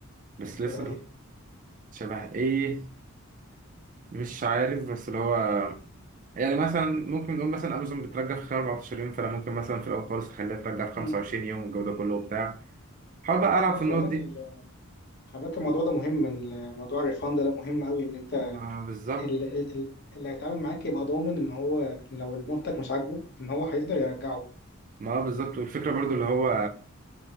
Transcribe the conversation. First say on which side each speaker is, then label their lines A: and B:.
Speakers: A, on the right (about 35°); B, on the left (about 50°).
A: بس
B: شبه
A: لسه
B: ايه
A: شبه ايه مش عارف بس اللي هو يعني مثلا ممكن نقول مثلا امازون بترجع في خلال 14 يوم فانا ممكن مثلا في الاول خالص اخليها ترجع في 25
B: مم.
A: يوم والجو ده كله وبتاع حاول بقى العب
B: اه
A: في
B: خلي
A: النقط
B: بالك
A: دي
B: ال- خلي بالك الموضوع ده مهم ال- موضوع الريفاند ده مهم قوي ان انت
A: آه بالظبط
B: ال- ال- اللي هيتعامل معاك يبقى ضامن ان هو لو المنتج مش عاجبه ان هو هيقدر يرجعه
A: ما آه بالظبط والفكره برضو اللي هو